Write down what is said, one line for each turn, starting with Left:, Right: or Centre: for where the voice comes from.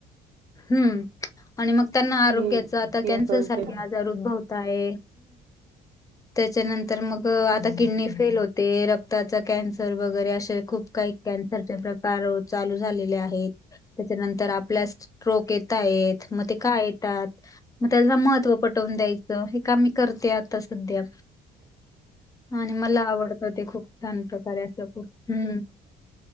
Left: हू आणि मग त्यांना आरोग्याचा
Right: हे
Left: आता
Right: केमिकल
Left: कॅन्सर सारखे
Right: ते
Left: आजार उद्भवत आणि त्याच्यानंतर मग आता किडनी फेल होते रक्त ताच कॅन्सर वगैरे अशा खूप काही कॅन्सरचे प्रकार चालू झालेले आहेत त्याच्यानंतर आपल्यास येत आहेत म ते का येतात म त्यांना महत्व पटवून द्यायचं हे काम मी करते आता सध्या आणि मला आवडतं ते खूप छान प्रकारे असं खूप हू